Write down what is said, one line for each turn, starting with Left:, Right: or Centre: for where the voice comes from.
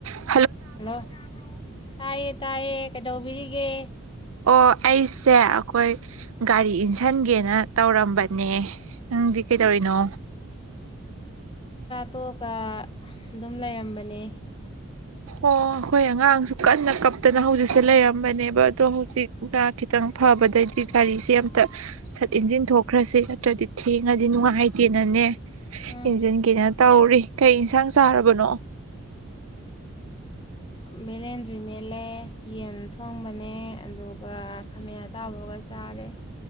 Right: ꯍꯥꯏꯣ
Left: ꯍꯜꯂꯣ ꯇꯥꯏꯌꯦ ꯇꯥꯏꯌꯦ ꯀꯩꯗꯧꯕꯤꯔꯤꯒꯦ
Right: ꯑꯣ ꯑꯩꯁꯦ ꯑꯩꯈꯣꯏ ꯒꯥꯔꯤ ꯏꯟꯁꯤꯟꯒꯦꯅ ꯇꯧꯔꯝꯕꯅꯦ ꯅꯪꯗꯤ ꯀꯩꯗꯧꯔꯤꯅꯣ
Left: ꯐꯇꯣꯒ ꯑꯗꯨꯝ ꯂꯩꯔꯝꯕꯅꯦ
Right: ꯑꯣ ꯑꯩꯈꯣꯏ ꯑꯉꯥꯡꯁꯨ ꯀꯟꯅ ꯀꯞꯇꯅ ꯍꯧꯖꯤꯛꯁꯦ ꯂꯩꯔꯝꯕꯅꯦꯕ ꯑꯗꯣ ꯍꯧꯖꯤꯛꯅ ꯈꯤꯇꯪ ꯐꯕꯗꯩꯗꯤ ꯒꯥꯔꯤꯁꯦ ꯑꯝꯇꯠ ꯏꯟꯖꯤꯟ ꯊꯣꯛꯈ꯭ꯔꯁꯤ ꯅꯠꯇ꯭ꯔꯗꯤ ꯊꯦꯡꯉꯗꯤ ꯅꯨꯡꯉꯥꯏꯇꯦꯅꯅꯦ
Left: ꯎꯝ
Right: ꯏꯟꯁꯤꯟ ꯀꯅ ꯇꯧꯔꯤ ꯀꯩ ꯏꯟꯁꯥꯡ ꯆꯥꯔꯕꯅꯣ
Left: ꯚꯦꯂꯦꯟꯗ꯭ꯔꯤ ꯃꯦꯜꯂꯦ ꯌꯦꯟ ꯊꯣꯡꯕꯅꯦ ꯑꯗꯨꯒ ꯈꯥꯃꯌꯥ ꯇꯥꯕꯒ ꯆꯥꯔꯦ